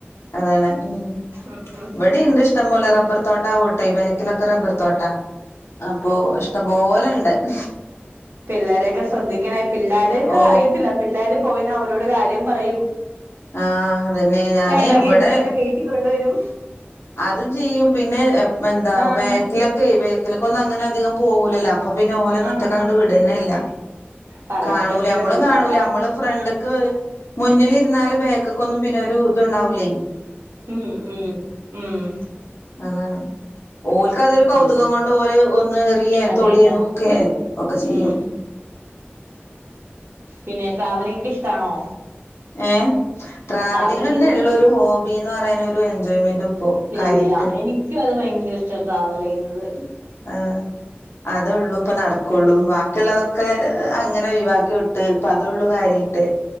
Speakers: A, on the left; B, on the right.
A: അതാണ് ഉം
B: ഉം ഉം
A: ഇവിടീണ്ട് ഇഷ് ഇഷ്ടംപോലെ റബ്ബർ തോട്ട വോട്ടെ ബേക്കിലൊക്കെ റബ്ബർ തോട്ട. അപ്പോ ഇഷ്ടം പോലെ ഇണ്ട്. <inaudible>
B: പിള്ളേരൊക്കെ ശ്രദ്ധിക്കണെ. പിള്ളോരൊക്കെ
A: ഓ
B: അറിയത്തില. പിള്ളേര് പോയി അവരോട് കാര്യം പറയും.
A: ആഹ് അതന്നെ ഞാന്
B: വേണെങ്കി
A: ഇവിടെ
B: എടുത്ത <unintelligible> വീട്ടി കൊണ്ടുവരും.
A: അതും ചെയ്യും. പിന്നെ എന്താ
B: ആഹ്
A: ബേക്കിലൊക്കെ ബേക്കിലക്കെ ഒന്നും അങ്ങനെ അധികം പോകൂലല്ലോ. അപ്പൊ പിന്നെ ഓലന്നും
B: ആഹ്
A: ഒറ്റക്കങ്ങട്ട്
B: ആഹ്
A: വിടന്നല്ല.
B: പറയാൻ
A: കാണൂല
B: പറ്റൂല
A: നമ്മള്.
B: പിള്ളേരാണ്
A: കാണൂല നമ്മള് ഫ്രണ്ട്ക്ക്.
B: ആഹ്
A: മുന്നിലിര്ന്നാല് ബേക്ക്ക്കൊന്നും പിന്നെ ഒരു ഇതുണ്ടാവൂലെ.
B: ഉം ഉം ഉം
A: അതാണ് ഓൽ ക്ക അതൊരു
B: ഉം
A: കൗതുകം കൊണ്ട് ഓല് ഒന്ന് എറിയ
B: അത്
A: തൊടെ
B: ന്നാ
A: നോക്കെഹ് ഒക്കെ ചെയ്യും.
B: ഉം പിന്നെ ട്രാവലിങ്ങ്ക്ക് ഇഷ്ടാണൊ.
A: ഏഹ് ട്രാവലിംഗെന്നെ
B: ട്രാവലിംഗൊക്കെ
A: ഇള്ള ഒരു ഹോബിന്ന് പറയാനൊരു എൻജോയ്മെന്റും. ഇപ്പോ
B: ശരിയാ.
A: കാര്യായിട്ട്
B: എനിക്ക്യു അത് ഭയങ്കര ഇഷ്ട ട്രാവല് ചെയ്യുന്നത്.
A: ഏഹ്. അതൊള്ളു ഇപ്പൊ നടക്കൊള്ളു വാക്കിയുള്ളതൊ ക്ക് അങ്ങനെ ഒഴിവാക്കി വിട്ട് ഇപ്പം അതൊള്ളു കാര്യായിട്ട്.